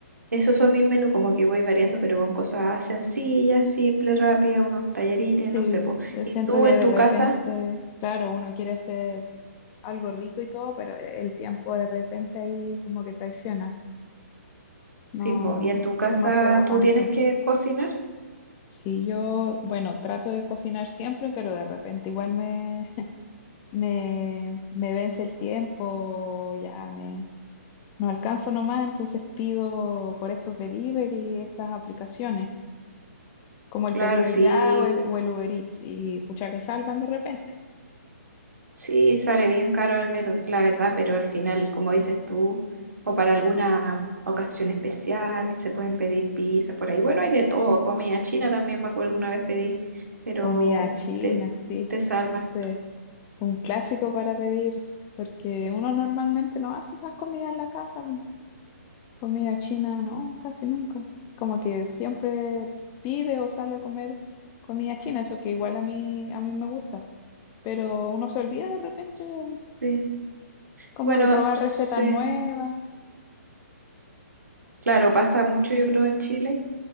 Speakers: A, on the right (about 85°); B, on the left (about 25°).
A: Esos son mis menús, como que voy variando, pero con cosas sencillas, simples, rápidas, unos tallarines,
B: Sí,
A: no sé, po.
B: yo
A: ¿Y
B: siento
A: tú
B: que
A: en
B: de
A: tu
B: repente,
A: casa?
B: claro, uno quiere hacer algo rico y todo, pero e, el tiempo de repente ahí como que traiciona. No,
A: Sí, po. ¿Y en tu casa
B: no se da tanto.
A: tú tienes que cocinar?
B: Sí, yo, bueno, trato de cocinar siempre, pero de repente igual me, <laughs> me, me vence el tiempo, ya me, no alcanzo nomás, entonces pido por estos delivery, estas aplicaciones. como el
A: Claro,
B: pedido
A: sí,
B: ya o el, o el Uber Eats, y pucha que salvan de repente.
A: sí, sale bien caro al ver- la verdad, pero al final, como dices tú, o para alguna ocasión especial, se pueden pedir pizza por ahí. Bueno, hay de todo, comida china también, me acuerdo una vez pedí, pero
B: Comida china,
A: te,
B: sí.
A: te salvan.
B: Ese un clásico para pedir, porque uno normalmente no hace esas comidas en la casa. po. Comida china, no, casi nunca. Como que siempre pide o sale a comer comida china, eso que igual a mí, a mí me gusta, pero uno se olvida de repente
A: Sí.
B: de- como
A: Bueno,
B: de probar
A: sí.
B: recetas nuevas.
A: Claro, pasa mucho, yo creo, en Chile,